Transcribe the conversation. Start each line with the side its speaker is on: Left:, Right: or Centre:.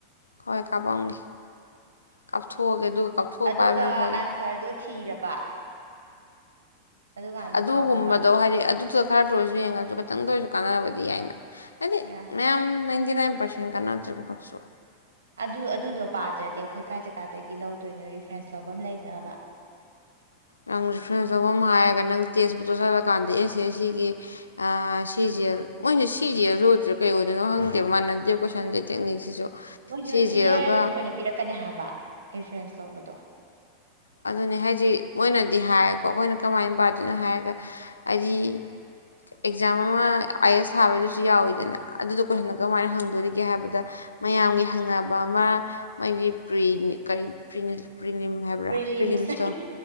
Left: ꯍꯣꯏ ꯀꯥꯞꯄꯝꯒꯦ ꯀꯥꯞꯊꯣꯛꯑꯒꯦ ꯑꯗꯨꯒ ꯀꯥꯞꯊꯣꯛꯑ
Right: ꯑꯗꯨꯒ
Left: ꯄꯥꯏꯕꯅ ꯐꯩ
Right: ꯑꯟꯁꯔꯗꯨ ꯊꯤꯔꯕ ꯑꯗꯨꯀꯥꯟꯗ
Left: ꯑꯗꯨꯒꯨꯝꯕꯗꯣ
Right: ꯄꯥꯅꯕ
Left: ꯍꯥꯏꯗꯤ ꯑꯗꯨꯗ ꯈꯔꯇ ꯑꯣꯏꯔꯁꯨ ꯌꯦꯡꯉꯁꯨ ꯈꯤꯇꯪꯗ ꯑꯣꯏꯔꯁꯨ ꯀꯥꯟꯅꯔꯕꯗꯤ ꯌꯥꯏꯅ ꯍꯥꯏꯗꯤ
Right: ꯌꯥꯏ
Left: ꯃꯌꯥꯝ ꯅꯊꯤ ꯅꯥꯏ ꯄꯁꯦꯟ ꯀ ꯅꯠꯇ꯭ꯔꯒ ꯄꯁꯨ
Right: ꯑꯗꯨ ꯑꯗꯨꯗꯣ ꯄꯥꯗ꯭ꯔꯗꯤ ꯑꯩꯈꯣꯏ ꯀꯥꯏ ꯆꯀꯥꯗꯒꯤ ꯂꯧꯗꯣꯏꯅꯣ ꯔꯤꯐ꯭ꯔꯦꯟꯁ ꯂꯧꯕ ꯂꯩꯕ꯭ꯔꯕ <unintelligible>
Left: ꯅꯪ ꯔꯤꯐ꯭ꯔꯦꯟꯁ ꯇꯧꯕ ꯑꯃ ꯍꯥꯏꯔꯒ ꯅꯪ ꯇꯦꯛꯁꯕꯨꯛꯇ ꯆꯜꯂꯛꯀꯥꯟꯗ ꯑꯦꯁꯦ ꯁꯤꯒꯤ ꯁꯤꯁꯦ ꯃꯣꯏꯁ ꯁꯤꯁꯁꯨꯗ꯭ꯔꯦ ꯀꯩ ꯑꯣꯏꯗꯅꯣ ꯍꯪꯗꯦꯕ ꯃꯥꯅ ꯗꯦ ꯀꯣꯏꯁꯟꯁꯦ ꯇꯦꯛꯅꯤꯛꯁꯤꯁꯨ
Right: ꯃꯣꯏꯁꯨ
Left: ꯁꯤ ꯖꯤ
Right: ꯏꯌꯥꯔꯁꯦ
Left: ꯑꯦꯜꯒ
Right: ꯑꯣꯏꯅ ꯄꯤꯔꯛꯀꯅꯤ ꯍꯥꯏꯕ ꯔꯤꯐꯔꯦꯟꯁ ꯂꯧꯕꯗꯣ
Left: ꯑꯗꯨꯅꯦ ꯍꯥꯏꯁ ꯃꯣꯏꯅꯗꯤ ꯍꯥꯏꯔꯀꯣ ꯑꯩꯈꯣꯏꯅ ꯀꯃꯥꯏ ꯄꯥꯗꯣꯏꯅꯣ ꯍꯥꯏꯔꯒ ꯍꯥꯏꯗꯤ ꯑꯦꯛꯖꯥꯝ ꯑꯃ ꯑꯥꯏ ꯑꯦꯁ ꯊꯥꯕꯗꯨꯁꯨ ꯌꯥꯎꯋꯤꯗꯅ ꯑꯗꯨꯗꯣ ꯀꯣꯏꯁꯜꯂꯒ
Right: ꯎꯝ
Left: ꯀꯃꯥꯏꯅ ꯍꯪꯗꯣꯔꯤꯒꯦ ꯒꯦ ꯍꯥꯏꯕꯗ ꯃꯌꯥꯝꯒꯤ ꯍꯪꯅꯕ ꯑꯃ ꯃꯒꯤꯔꯤ ꯀꯔꯤꯔꯤ ꯄ꯭ꯔꯤꯂꯤꯝ ꯍꯥꯏꯕ꯭ꯔꯥ
Right: ꯄ꯭ꯔꯤꯂꯤꯝꯁ
Left: ꯄ꯭ꯔꯤꯂꯤꯝꯁꯇꯣ